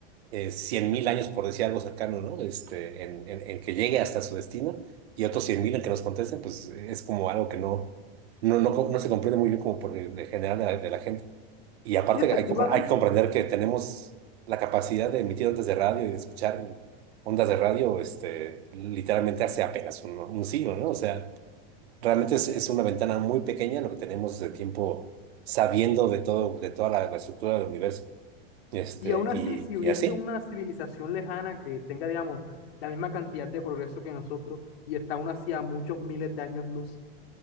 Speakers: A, on the right; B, on the left.
A: eh, cien mil años, por decir algo cercano, ¿no? Este, en, en- en que llegue hasta su destino y otros cien mil en que nos contesten, pues es como algo que no, no, no, co- no se comprende muy bien como por el el general de la, de la gente. Y aparte
B: Sí, efectivamente.
A: hay, que compre- hay que comprender que tenemos la capacidad de emitir ondas de radio y de escuchar ondas de radio, este, literalmente hace apenas un, un siglo, ¿no? O sea, realmente es, es una ventana muy pequeña lo que tenemos de tiempo sabiendo de todo, de toda la, la estructura del universo. Este,
B: Y aún así,
A: y,
B: si hubiese
A: y así.
B: una civilización lejana que tenga, digamos, la misma cantidad de progreso que nosotros y está aún así a muchos miles de años luz,